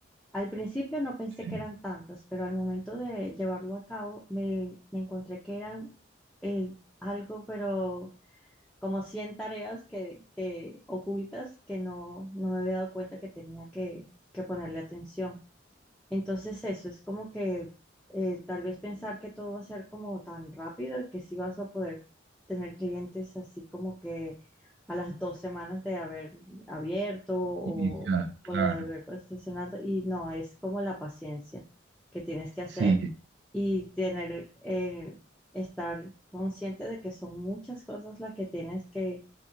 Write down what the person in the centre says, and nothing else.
al principio no pensé
que eran tantas, pero al momento de llevarlo a cabo me, me encontré que eran eh, algo, pero como 100 tareas que, que ocultas que no, no me había dado cuenta que tenía que, que ponerle atención. Entonces eso es como que eh, tal vez pensar que todo va a ser como tan rápido y que sí vas a poder tener clientes así como que a las dos semanas de haber abierto o,
o
de haber posicionado y no, es como la paciencia que tienes que hacer
y tener, eh, estar consciente de que son muchas cosas las que tienes que